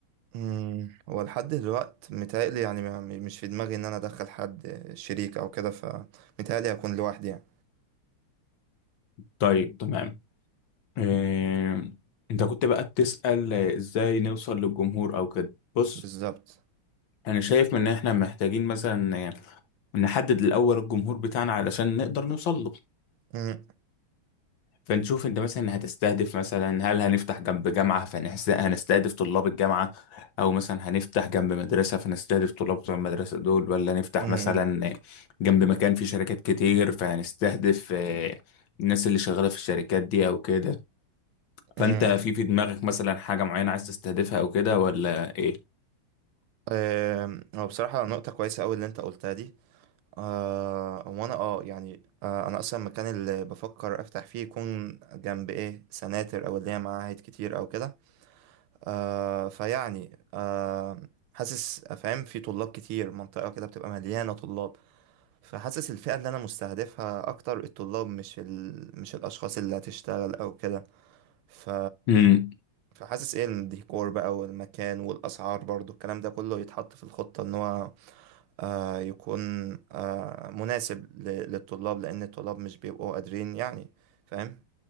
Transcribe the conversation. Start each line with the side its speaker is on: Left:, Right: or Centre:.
Right: امم هو لحد دلوقت متهيألي يعني ما- مش في دماغي ان انا ادخل حد شريك او كده فمتهيألي هكون لوحدي يعني
Left: طيب تمام إيه... انت كنت بقى بتسأل ازاي نوصل للجمهور او كده بص
Right: بالظبط
Left: انا شايف ان احنا محتاجين مثلا نحدد الاول الجمهور بتاعنا علشان نقدر نوصل له
Right: امم
Left: فنشوف انت مثلا هتستهدف مثلا هل هنفتح جنب جامعة فهنستهدف طلاب الجامعة او مثلا هنفتح جنب مدرسة فنستهدف طلاب بتوع المدرسة دول ولا نفتح
Right: امم
Left: مثلا جنب مكان فيه شركات كتير فهنستهدف آه، الناس اللي شغالة في الشركات دي او كده فانت
Right: امم
Left: في في دماغك مثلا حاجة معينة عايز تستهدفها او كده ولا ايه؟
Right: آم، هو بصراحة نقطة كويسة أوي اللي أنت قلتها دي آه وأنا أه يعني آه أنا أصلا المكان اللي بفكر أفتح فيه يكون جنب إيه سناتر أو اللي هي معاهد كتير أو كده آه فيعني آه حاسس فاهم في طلاب كتير منطقة كده بتبقى مليانة طلاب فحاسس الفئة اللي أنا مستهدفها أكتر الطلاب مش ال... مش الأشخاص اللي هتشتغل أو كده ف...
Left: امم
Right: فحاسس إيه الديكور بقى والمكان والأسعار برضو الكلام ده كله يتحط في الخطة إن هو آه يكون آه مناسب ل... للطلاب لأن الطلاب مش بيبقوا قادرين يعني فاهم